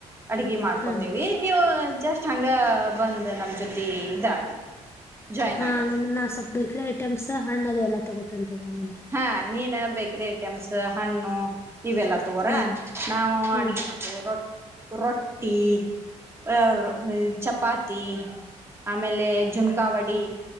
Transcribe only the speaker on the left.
ಹಾ
ಹಾ
ಹಂಗಂದ್ರ ನಾ ಸ್ವಲ್ಪ್ ಬೇಕ್ರಿ ಐಟಮ್ಸ್ ಹಣ್ಣು ಅದು ಎಲ್ಲ ತಗುತ್ತಿನ್ರಿ <unintelligible>
ಹ್ಮ್
ಹ್ಮ್